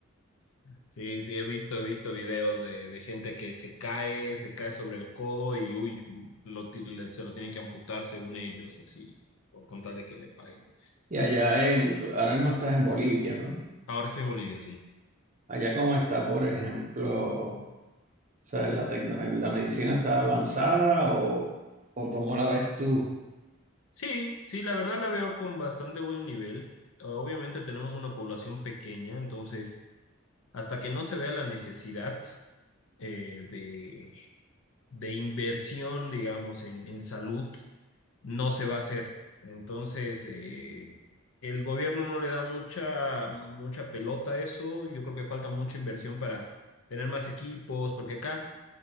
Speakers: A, on the left; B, on the right.
A: Sí, sí, he visto, he visto videos de, de gente que se cae, se cae sobre el codo y uy, lo ti- le- se lo tienen que amputar según ellos, así, o con tal de que le paguen.
B: Y allá en, tú- ahora mismo estás en Bolivia, ¿no?
A: Ahora estoy en Bolivia, sí.
B: Allá como está, por ejemplo, o sea, la, tecno- la medicina está avanzada o, o cómo la ves tú?
A: Sí, sí, la verdad la veo con bastante buen nivel. Obviamente tenemos una población pequeña, entonces hasta que no se vea la necesidad eh, de, de inversión, digamos, en, en salud. no se va a hacer. Entonces, eh, el gobierno no le da mucha, mucha pelota a eso. Yo creo que falta mucha inversión para tener más equipos, porque acá